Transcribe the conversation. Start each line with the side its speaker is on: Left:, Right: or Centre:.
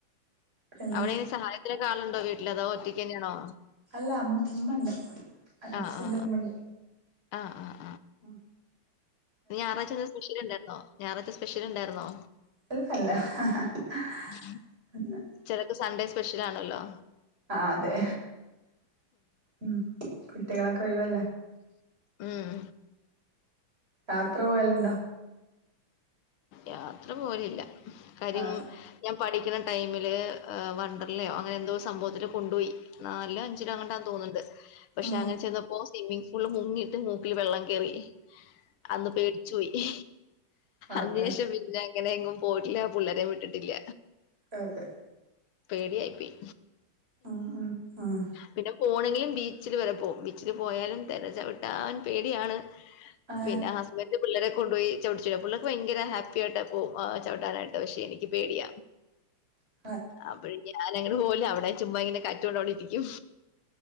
Right: പിന്നെ
Left: അവിടെ എങ്ങനെ സഹായത്തിനൊക്കെ ആളുണ്ടോ വീട്ടില് അതോ ഒറ്റയ്ക്ക് തന്നെയാണോ
Right: അല്ലാ ഉം ഉമ്മണ്ട് അ ഹസ്സിന്റെ
Left: ആഹ് ആഹ് ആഹ്
Right: ഉമ്മണ്ട്
Left: ആഹ് ആഹ്
Right: ഉം
Left: ഇന്ന് ഞായറാഴ്ച എന്തേലും സ്പെഷ്യൽ ഇണ്ടായിരുന്നോ ഞായറാഴ്ച്ച സ്പെഷ്യൽ ഇണ്ടായിരുന്നോ?
Right: <unintelligible>
Left: ഉം
Right: അല്ലാ
Left: ചെലർക്ക് സൺഡേ സ്പെഷ്യൽ ആണല്ലോ
Right: ആഹ് അതെ ഉം കുട്ടികളൊക്കെ ഒഴിവ
Left: ഉം.
Right: യാത്ര പോവല്ണ്ടോ?
Left: യാത്ര പോല്‌ല്ല കാര്യം
Right: ആ
Left: ഞാൻ പഠിക്ക്ണ ടൈമില് വണ്ടർലയോ അങ്ങനെ എന്തോ സംഭവത്തിൽ കൊണ്ടോയി ന്നല്ലെ <unintelligible> തോന്ന്ണ്ട് പക്ഷെ
Right: ആ
Left: അങ്ങനെ ചെന്നപ്പോ സ്വിമ്മിംഗ് ഫൂള് മുങ്ങിട്ട് മൂക്കില് വെള്ളം കേറി അന്ന് പേടിച്ചോയി.
Right: അതെ
Left: അന്നേഷം പിന്നെ അങ്ങനെ എങ്ങും പോയിട്ടില്ല പുളേളരേ വിട്ടിട്ടില്ല.
Right: അതെ
Left: പേടിയായി പോയി.
Right: ഉം ഉം ഉം
Left: പിന്നെ പോണെങ്കിലും ബീച്ചിൽ വരെ പോവും ബീച്ചിൽ പോയാലും തെരച്ചവിട്ടാൻ പേടിയാണ്.
Right: ആ
Left: പിന്നെ ഹ ഇവ്ടെ പിള്ളേരെ കൊണ്ടോയി ചടിച്ച പിള്ളേർക്ക് ഭയര ഹാപ്പി ആയിട്ട് പോവും ചവിട്ടാനായിട്ട് പക്ഷെ എനിക്ക് പേടിയ.
Right: ആ
Left: അപ്പഴേക്ക് ഞാൻ അങ്ങനെ പോവുല അവിടെ ചുമ്മ ഇങ്ങനെ കാറ്റ്കൊണ്ടോടിരിക്കും.